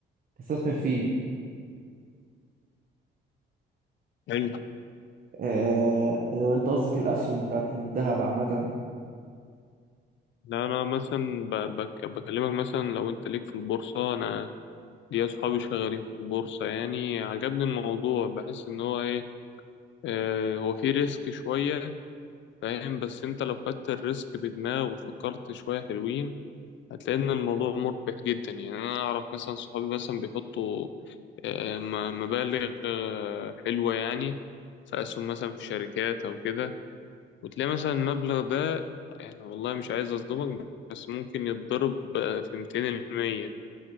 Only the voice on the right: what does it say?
تستثمر فيه
آه... لو انت قصدك الاسهم بتاعت الذهب عامه